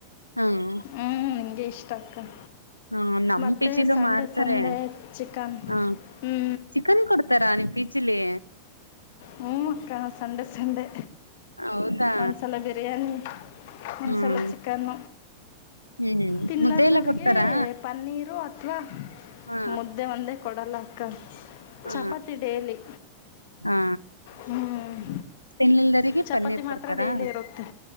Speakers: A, on the left; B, on the left.
A: ಹ್ಮ.
B: ಹ್ಞೂ ನನಗೆ ಇಷ್ಟ ಅಕ್ಕ
A: ಹಾ ನಮ
B: ಮತ್ತು
A: ಪಿಜಿಲು
B: ಸಂಡೆ
A: ಮಾಡ್ತಾರೆ
B: ಸಂಡೇ ಚಿಕನ್
A: ಹಾ.
B: ಹ್ಞೂ
A: ಚಿಕನ್ ಕೊಡ್ತಾರ ನೀವು ಪಿಚ್ಲಿ.
B: ಹ್ಮ ಅಕ್ಕ ಸಂಡೆ ಸಂಡೆ.
A: ಹೌದಾ
B: ಒಂದ್ಸಲ ಬಿರಿಯಾನಿ ಒಂದ್ಸಲ
A: ಹ್ಮ್
B: ಚಿಕನ್.
A: ಹ್ಮ್
B: ತಿನ್ಲಾರದವ್ರಿಗೆ
A: ಮುದ್ದೆ ಎಲ್ಲ ಕೊಡ್ತಾರಾ
B: ಪನ್ನೀರು. ಅಥವಾ
A: ಹಾ
B: ಮುದ್ದೆ ಒಂದೇ ಕೊಡಲಕ್ಕ
A: ಹಾ
B: ಚಪಾತಿ ಡೇಲಿ.
A: ಹಾ
B: ಹ್ಮ್
A: ತಿನ್ಲಿಲ್ದರಿಗೆ
B: ಚಪಾತಿ
A: ಪನ್ನೀರ್
B: ಮಾತ್ರ
A: ಕೊಡ್ತಾರಾ
B: ಡೈಲಿ ಇರುತ್ತೆ.